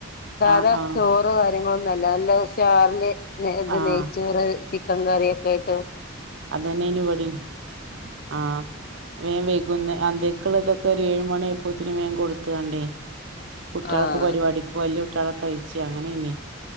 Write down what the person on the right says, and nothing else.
ആഹ് ആഹ്
ആഹ്
അതെന്നെയ്നി ഇവടിം ആഹ് വേൻവൈകുന്ന് അന്തിക്കുള്ളതൊക്കെ ഒര്ഏഴ് മണിയ ആപ്പോത്തിന് വേൻ കൊട്ത്തുകണ്ടേ കുട്ടിയാൾക്ക്
പരിപാടിക്ക് വല്ല്യാ കുട്ടിയാളൊക്കെ ഒയ്ച്ച് അങ്ങനെയ്നി